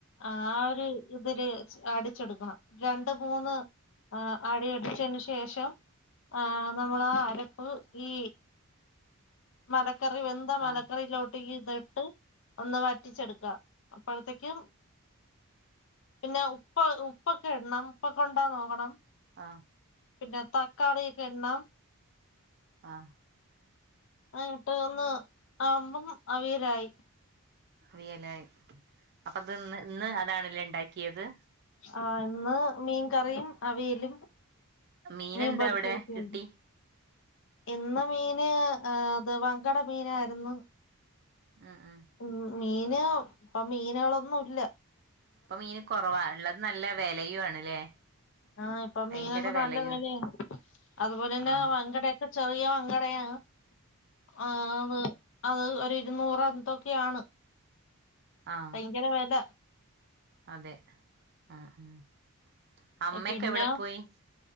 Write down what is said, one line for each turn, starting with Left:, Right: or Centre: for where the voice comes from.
Left: ആ ഒരു ഇതില് അടിച്ചെടുക്കണം രണ്ട് മൂന്ന് അടി അടിച്ചതിന് ശേഷം ആ നമ്മള് ആ അരപ്പ് ഈ മല കറി വെന്ത മലക്കറിലോട്
Right: ആ
Left: ഇത് ഇട്ട് ഒന്ന് വറ്റിച്ചെടുക്ക. അപ്പഴത്തേക്ക് പിന്നെ ഉപ്പ് ഉപ്പൊക്കെ ഇടണം ഉപ്പൊക്കെണ്ടൊന്ന് നോക്കണം
Right: ആ
Left: പിന്നെ തക്കാളിയൊക്കെ ഇടണം
Right: ആ
Left: ആ ഇട്ട് ഒന്ന് ആവ്മ്പം അവിയലായി
Right: അവിയലായി അപ്പത് ന്ന് ഇന്ന് അതാണ് ലേ ഇണ്ടാക്കിയത്
Left: ആ ഇന്ന് മീൻകറിയും അവിയലും
Right: മീനെന്താ
Left: മീൻ പൊരിച്ച
Right: അവിടെ
Left: കുട്ടിയും
Right: കിട്ടി
Left: ഇന്ന് മീന് ഏ ഇത് വങ്കട മീനായിരുന്നു
Right: ആ ആ
Left: ഉം മീന് ഇപ്പൊ മീന്കളൊന്നുംല്ല
Right: ഇപ്പൊ മീന് കൊറവാ ഇള്ളത് നല്ല വെലയും ആണല്ലേ
Left: ആ ഇപ്പൊ മീനൊക്കെ
Right: ഭയങ്കര
Left: നല്ല
Right: വിലയും
Left: വെലാണ് അതുപോലെ തന്നെ
Right: ആ
Left: വങ്കടയൊക്കെ ചെറിയ വങ്കടയാണ് ആ അത് ഒരിരുന്നൂറ് ന്തൊക്കെയാണ്
Right: ആ
Left: ഭയങ്കര വെല
Right: അതെ ആ ആ അമ്മയൊക്കെ
Left: പിന്നെ
Right: എവിടെ പോയി